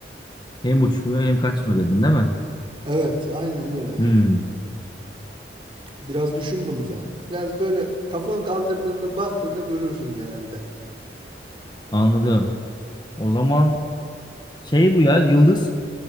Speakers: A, on the left; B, on the right.
A: Hem uçmuyor hem kaçmıyor dedin değil mi?
B: Evet, aynen öyle.
A: Hmm,
B: Biraz düşün bunu sen. Biraz böyle kafanı kaldırdığında baktığında görürsün genelde.
A: anladım. O zaman şey bu ya yıldız